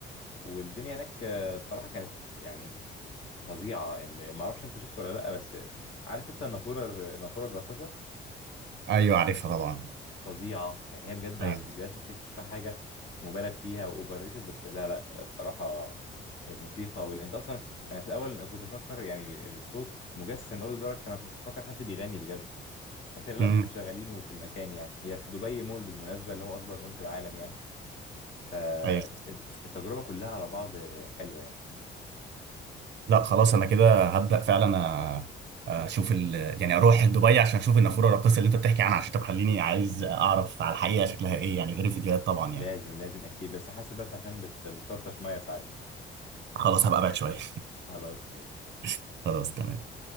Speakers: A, on the left (about 75°); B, on the right (about 60°).
A: والدنيا هناك آه، بصراحة كانت يعني ف- فظيعة ان ما اعرفش انت شفت ولا لا بس عارف انت النافورة الر- النافورة الراقصة
B: ايوه عارفها طبعا
A: فظيعة يعني هي بجد على
B: ايوه
A: الفيديوهات ممكن تشوفها حاجة مبالغ فيها واوفر ريتد بس لا لا بصراحة الموسيقى وال... انت اصلا انا في الاول انا كنت بفكر يعني إن الصوت مجسم قوي لدرجة انا كنت بفكر حد بيغني بجد انت لا
B: مم.
A: صوت مشغلينه في المكان يعني هي في دبي مول بالمناسبة اللي هو اكبر مول في العالم يعني فالتجربة
B: ايوه
A: كلها على بعض حلوة يعني
B: لا خلاص انا كده هبدا فعلا أ- اشوف ال... يعني اروح دبي عشان اشوف النافوره الراقصه اللي انت بتحكي عنها عشان تخليني عايز اعرف على الحقيقه شكلها ايه يعني غير الفيديوهات طبعا
A: لازم
B: يعني
A: لازم أكيد بس حاسس بس عشان بت... بتطرطش مية ساعات
B: خلاص هبقى ابعد شويه
A: خلاص ماشي
B: <laughs> خلاص تمام